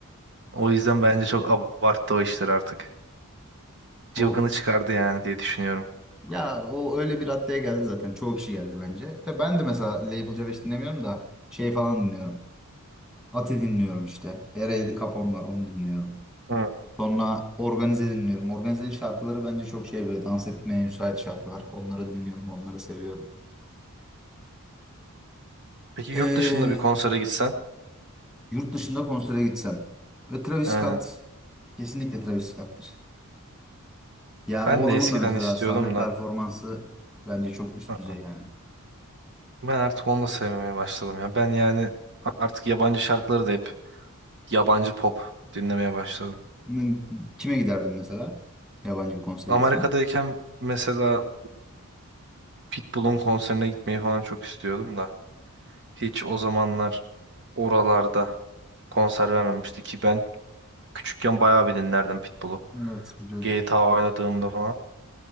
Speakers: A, on the right (about 55°); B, in the centre.
A: O yüzden bence çok abarttı o işler artık.
B: O
A: Cıvkını çıkardı yani diye düşünüyorum.
B: ya o öyle bir raddeye geldi zaten. Çoğu kişi geldi bence. Tabii ben de mesela Label C5 dinlemiyorum da şey falan dinliyorum. Ati dinliyorum işte. Era yedi Capone var onu dinliyorum.
A: Hı.
B: Sonra organize dinliyorum. Organize'nin şarkıları bence çok şey böyle dans etmeye müsait şarkılar. Onları dinliyorum, onları seviyorum.
A: Peki
B: Ee,
A: yurt dışında bir konsere gitsen?
B: yurt dışında konsere gitsem. Ve Travis
A: Aynen.
B: Scott, kesinlikle Travis Scott'tır. Yani
A: Ben
B: o
A: de
B: adamın
A: eskiden
B: da mesela
A: istiyordum
B: sahne performansı
A: da
B: bence çok üst
A: a-
B: düzey yani.
A: ben artık onu da sevmemeye başladım ya. Ben yani artık yabancı şarkıları da hep yabancı pop dinlemeye başladım.
B: N- Kime giderdin mesela? Yabancı bir konsere
A: Amerika'dayken
B: gitsen.
A: mesela Pitbull'un konserine gitmeyi falan çok istiyordum da hiç o zamanlar oralarda konser vermemişti ki ben küçükken bayağı bir dinlerdim Pitbull'u.
B: Evet biliyorum.
A: G GTA oynadığımda falan.